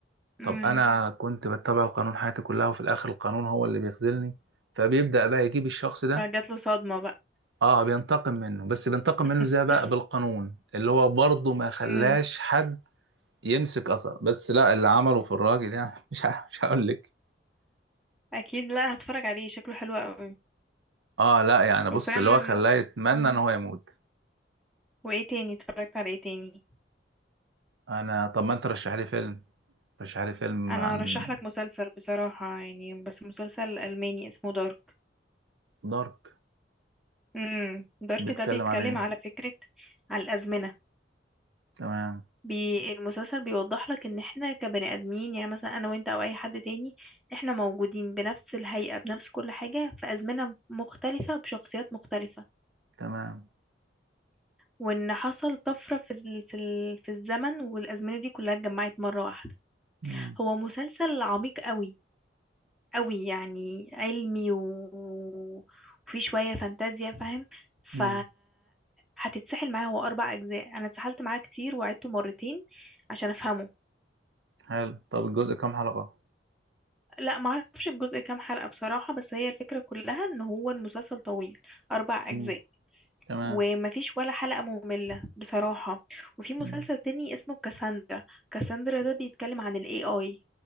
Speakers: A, in the centre; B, on the right.
A: مم.
B: طب انا كنت بتبع القانون حياتي كلها وفي الاخر القانون هو اللي بيخذلني فبيبدا بقى يجيب الشخص ده
A: فجات له صدمة بقى
B: اه بينتقم منه بس بينتقم
A: <laughs>
B: منه ازاي بقى بالقانون اللي هو برضه ما خلاش
A: مم.
B: حد يمسك اثر بس لا اللي عمله في الراجل يعني <laughs> مش ه- مش هقول لك
A: اكيد لا هتفرج عليه شكله حلو قوي
B: اه لا يعني بص
A: وفعلا
B: اللي هو خلاه يتمنى
A: مم.
B: ان هو يموت
A: وايه تاني اتفرجت على ايه تاني
B: انا طب ما انت رشح لي فيلم رشح لي فيلم
A: انا
B: عن
A: هرشح لك مسلسل بصراحة يعني بس مسلسل الماني اسمه دارك
B: دارك
A: امم دارك
B: بيتكلم
A: ده بيتكلم
B: عن ايه
A: على فكرة على الازمنة
B: تمام
A: بي المسلسل بيوضح لك ان احنا كبني ادمين يعني مثلا انا وانت او اي حد تاني احنا موجودين بنفس الهيئة بنفس كل حاجة في ازمنة مختلفة بشخصيات مختلفة
B: تمام
A: وان حصل طفرة في ال- في ال- في الزمن والازمنة دي كلها اتجمعت مرة واحدة
B: مم.
A: هو مسلسل عميق قوي قوي يعني علمي و- وفي شوية فانتازيا فاهم
B: مم.
A: ف هتتسحل معاه هو أربع أجزاء أنا اتسحلت معاه كتير وعدته مرتين عشان أفهمه
B: حلو طب الجزء كام حلقة
A: لا معرفش الجزء كام حلقة بصراحة بس هي الفكرة كلها إن هو المسلسل طويل أربع
B: مم.
A: أجزاء
B: تمام
A: ومفيش ولا حلقة مملة بصراحة وفي مسلسل
B: مم.
A: تاني اسمه كاساندرا كاساندرا ده بيتكلم عن ال AI